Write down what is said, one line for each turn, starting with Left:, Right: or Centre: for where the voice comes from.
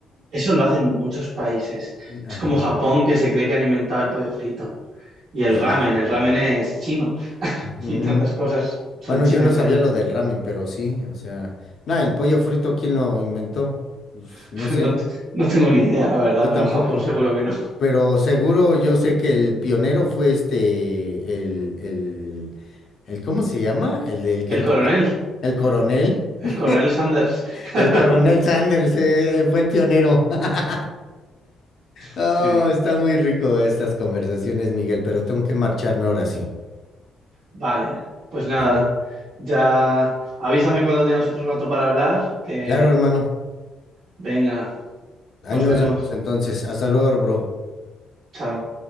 Right: eso lo hacen muchos países.
Left: Ajá.
Right: Es como Japón que se cree que han inventado el pollo frito y el
Left: Sí,
Right: ramen.
Left: sí,
Right: El ramen
Left: no.
Right: es chino <laughs>
Left: Ujú.
Right: y tantas cosas son
Left: Bueno,
Right: chinas
Left: yo no sabía
Right: de allí.
Left: lo del ramen, pero sí, o sea, no, el pollo frito, ¿quién lo inventó? Pues,
Right: <laughs>
Left: no sé,
Right: No, t- no tengo ni idea, la verdad,
Left: yo
Right: pero
Left: tampoco,
Right: Japón seguro que no.
Left: pero seguro yo sé que el pionero fue este, el, el, el, ¿cómo se llama? El del Kentucky,
Right: El coronel,
Left: el coronel,
Right: el
Left: <laughs>
Right: coronel Sanders. <laughs>
Left: el coronel Sanders, eh, fue el pionero. <laughs> Oh,
Right: Sí.
Left: está muy rico estas conversaciones, Miguel, pero tengo que marcharme ahora sí,
Right: Vale, pues nada,
Left: ¿vale?
Right: ya avísame cuando tengas otro rato para hablar, que
Left: Claro, hermano,
Right: venga,
Left: ahí
Right: nos
Left: nos
Right: vemos.
Left: vemos entonces, hasta luego, bro.
Right: Chao.